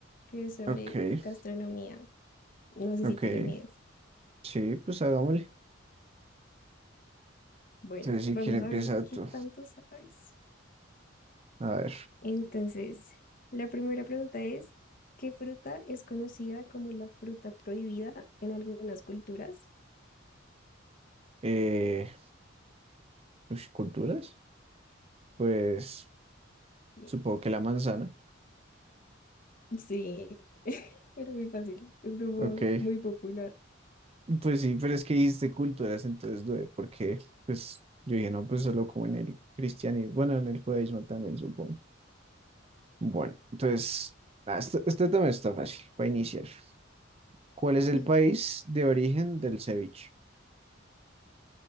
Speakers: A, on the left; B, on the right.
A: que es sobre
B: Ok,
A: gastronomía. No sé
B: ok.
A: si te le mides.
B: Sí, pues hagámosle.
A: Bueno,
B: Entonces, si
A: vamos
B: quieres, empieza
A: a ver qué
B: tú.
A: tanto sabes.
B: A ver.
A: Entonces, la primera pregunta es, ¿qué fruta es conocida como la fruta prohibida en algunas culturas?
B: Eh, ush, ¿culturas? Pues
A: Sí.
B: supongo que la manzana.
A: Sí, <laughs> era muy fácil. Es como
B: Ok.
A: muy popular.
B: Pues sí, pero es que dijiste culturas, entonces dudé, porque pues yo dije, no, pues solo como en el cristianismo, bueno, en el judaísmo también, supongo. Bueno, entonces, ah, esto, esto también está fácil para iniciar. ¿Cuál es el
A: <laughs>
B: país de origen del ceviche?